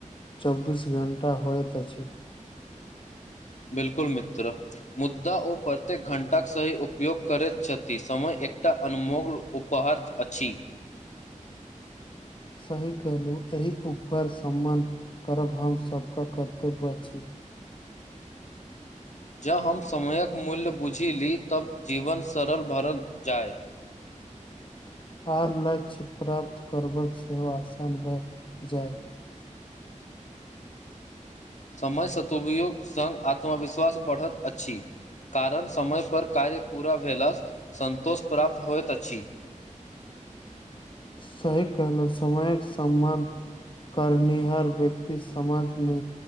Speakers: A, on the left; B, on the left.
A: चौबीस घण्टा होइत अछि
B: बिल्कुल मित्र मुद्दा ओ प्रत्येक घण्टाक सही उपयोग करैत छथि समय एकटा अनमोल उपहार अछि
A: सही कहलू एहि उपकर सम्मान करब हम सबके कर्तव्य अछि
B: जँ हम समयक मूल्य बूझि ली तब जीवन सरल भरल जाय
A: <inaudible> आर लक्ष्य प्राप्त करबक सेहो आसान भऽ जाय
B: समय सतुपयोग सङ्ग आत्मविश्वास बढ़ैत अछि कारण समयपर कार्य पूरा भेलासँ सन्तोष प्राप्त होइत अछि
A: <inaudible> सही कहलहु समयक समबन्ध करनिहार व्यक्तिसँ समाज मे